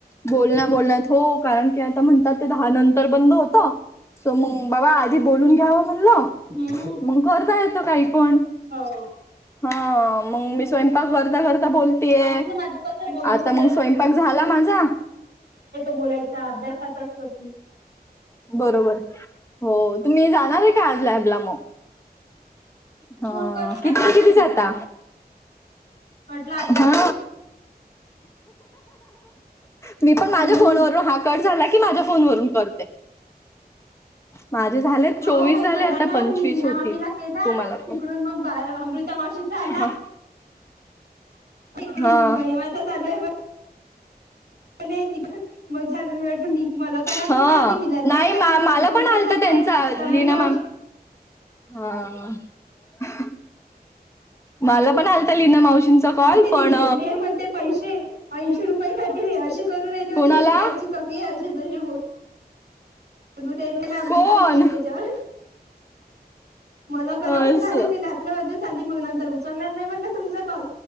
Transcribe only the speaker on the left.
बोलण्या बोलण्यात हो कारण की आता म्हणतात ते दहा नंतर बंद होत. सो मग बघा आधी बोलून घ्यावं म्हणल
मग करता येतो काही पण.
हा मग मी स्वयंपाक करता करता बोलतीय
आता
मग स्वयं पाक झाला माझा.
बरोबर हो, तुम्ही जाणार आहे काय आज लॅबला मग? ह
किती ते
किती जाता?
हा. मी
पण माझ्या फोनवरून हा कट झाला की माझ्या फोनवरून करते. माझे झाले चोवीस
झाले
आता
पंचवीस
होतील
तुम्हाला
पण
हा
हा
हा
नाही
मला
पण
आलत त्यांचा
लीना
मॅम हा हा मला पण आल लीना मावशींचा कॉल
पण
कोणाला
कोण
अस